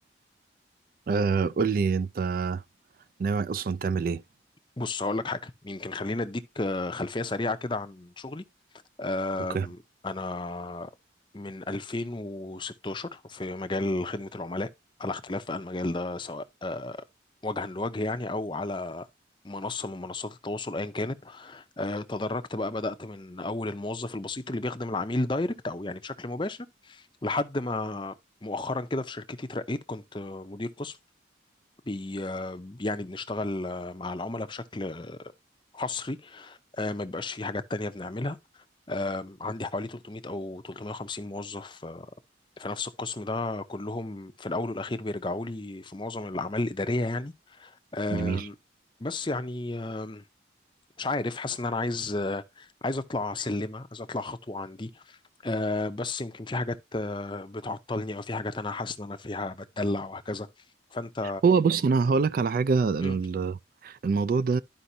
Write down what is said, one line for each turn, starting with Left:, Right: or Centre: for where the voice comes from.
Right: آه قول لي أنت ناوي أصلا تعمل إيه
Left: بص هقول لك حاجه يمكن خلينا اديك آه، خلفيه سريعه كده عن شغلي آم،
Right: أوكي
Left: انا من 2016 في مجال خدمه العملاء على اختلاف بقى المجال ده سواء وجها لوجه يعني او على منصه من منصات التواصل ايا كانت آه، تدرجت بقى بدات من اول الموظف البسيط اللي بيخدم العميل دايركت او يعني بشكل مباشر لحد ما مؤخرا كده في شركتي اترقيت كنت آه، مدير قسم بي آه، يعني بنشتغل آه، مع العملاء بشكل آه، حصري آه، ما بيبقاش في حاجات تانية بنعملها آه، عندي حوالي 300 أو 350 موظف آه، في نفس القسم ده كلهم في الأول والأخير بيرجعوا لي في معظم الأعمال الإدارية يعني آم،
Right: جميل
Left: بس يعني آم، مش عارف حاسس ان انا عايز آه، عايز اطلع سلمه عايز اطلع خطوه عندي آه، بس يمكن في حاجات آه، بتعطلني او في حاجات انا حاسس ان انا فيها بتدلع وهكذا فانت
Right: هو بص أنا هقول لك على حاجة ال-
Left: مم،
Right: الموضوع ده